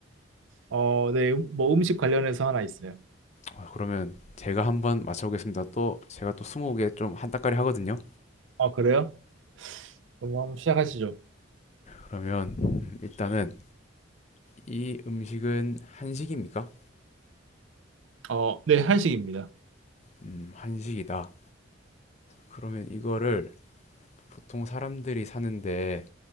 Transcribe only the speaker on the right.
어, 네, 음- 뭐 음식 관련해서 하나 있어요.
아, 그래요? 그럼 뭐 한번 시작하시죠.
어, 네, 한식입니다.